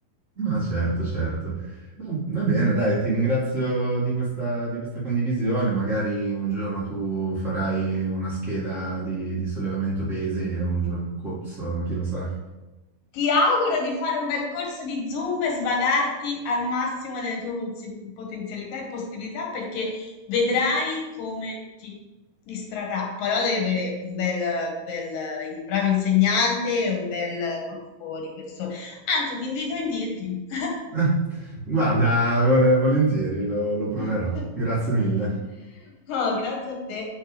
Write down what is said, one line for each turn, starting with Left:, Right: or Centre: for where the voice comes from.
Right: No, certo, certo. Va va bene, dai, ti ringrazio di questa, di questa condivisione. Magari un giorno tu farai una scheda di, di sollevamento pesi e un giorno un corso, chi lo sa.
Left: Ti auguro di fare un bel corso di Zumba e svagarti al massimo delle tue posi- potenzialità e possibilità perché vedrai come ti distrarrà. Però devi avere un bel, bel, in- bravo insegnante e un bel gruppo di persone. Anzi, ti invito in Virgin. <laughs>
Right: <laughs> Guarda, vole- volentieri, lo lo proverò.
Left: <laughs>
Right: Grazie mille.
Left: No, grazie a te.